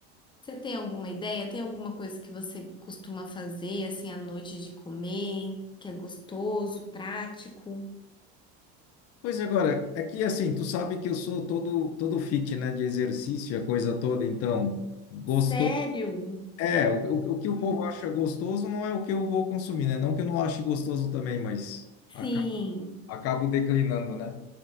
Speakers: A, on the left (about 15°); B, on the left (about 50°).
A: Você tem alguma ideia? Tem alguma coisa que você costuma fazer assim à noite de comer, que é gostoso, prático?
B: pois agora, é que assim, tu sabe que eu sou todo todo fit, né, de exercício, a coisa toda, então, gostoso,
A: Sério?
B: é, o, o, o que o
A: Hum.
B: povo acha gostoso não é o que eu vou consumir, né? Não que eu não ache gostoso também, mas acaba.
A: Sim.
B: acabo declinando, né?